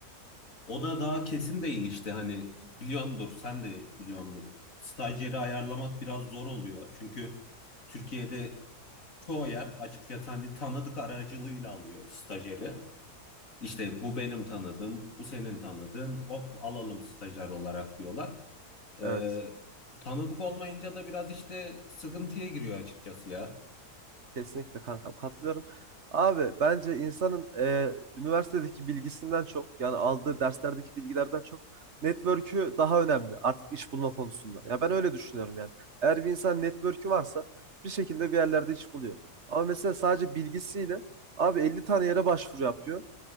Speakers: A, on the left; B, on the right.
A: o da daha kesin değil işte hani biliyordur sen de biliyordur. Stajyeri ayarlamak biraz zor oluyor. Çünkü Türkiye'de çoğu yer açıkçası hani tanıdık aracılığıyla alıyor stajyeri. İşte bu benim tanıdığım, bu senin tanıdığın, hop alalım stajyer olarak diyorlar. Ee,
B: Evet.
A: tanıdık olmayınca da biraz işte sıkıntıya giriyor açıkçası ya.
B: Kesinlikle kankam katılıyorum. Abi bence insanın e, üniversitedeki bilgisinden çok yani aldığı derslerdeki bilgilerden çok network'ü daha önemli artık iş bulma konusunda. Ya ben öyle düşünüyorum yani. Eğer bir insan network'ü varsa bir şekilde bir yerlerde iş buluyor. Ama mesela sadece bilgisiyle abi 50 tane yere başvuru yapıyor.